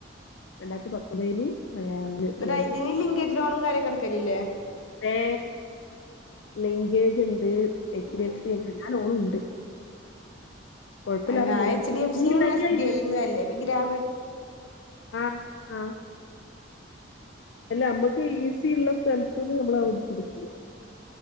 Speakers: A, on the left (about 65°); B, on the left (about 85°).
A: രണ്ടായിരത്തി പത്തൊമ്പതില് പതിനാറിൽ
B: എന്നിട്ട്
A: ജോയിൻ
B: ഇതിന്
A: ചെയതു
B: ലിങ്കേജ് ലോണും കാര്യൊക്കെ എടുക്കലില്ലേ
A: ഏ ലിങ്കേജ് ഉണ്ട് എച്ച്
B: ആ
A: ഡി എഫ് സി ഉണ്ട് എല്ലാ ലോണും ഉണ്ട്. കുഴപ്പമില്ലാതെ
B: അല്ല
A: പോണ്
B: എച്ച് ഡി എഫ്
A: നീ
B: സി
A: ഇല്ല
B: ന്നും എസ്
A: നീ അയില്
B: ബി ഐ ന്നും അല്ലേ ഗ്രാമീ
A: ആഹ് ആഹ് അല്ല നമ്മക്ക് ഈസി ഉള്ള സ്ഥലത്തുന്ന് നമ്മൾ അവടക്ക് ഇടക്ക്ണ്.